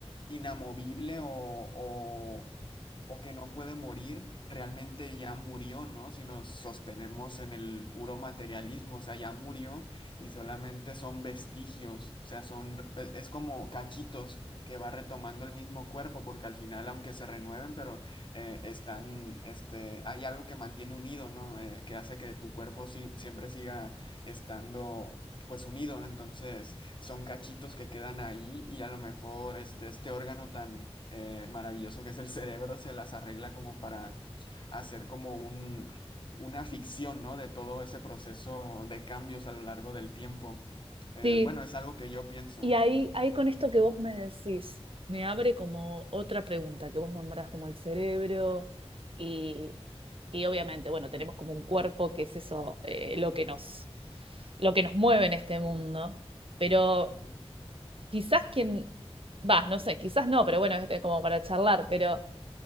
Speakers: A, on the left; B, on the right.
A: inamovible o, o, o que no puede morir, realmente ya murió, ¿no? Si nos sostenemos en el puro materialismo, o sea, ya murió y solamente son vestigios, o sea, son, es es como cachitos que va retomando el mismo cuerpo, porque al final, aunque se renueven, pero eh, están, este, hay algo que mantiene unido, ¿no? Eh, que hace que tu cuerpo si- siempre siga estando, pues, unido, entonces son cachitos que quedan ahí y a lo mejor este, este órgano tan eh, maravilloso que es el cerebro se las arregla como para hacer como un, una ficción, ¿no? De todo ese proceso de cambios a lo largo del tiempo. Eh,
B: sí.
A: bueno, es algo que yo pienso.
B: Y ahí, ahí con esto que vos me decís, me abre como otra pregunta que vos nombrás como el cerebro y, y obviamente, bueno, tenemos como un cuerpo que es eso, eh, lo que nos, lo que nos mueve en este mundo, pero
A: Ujú.
B: quizás quien, va, no sé, quizás no, pero bueno, este, como para charlar, pero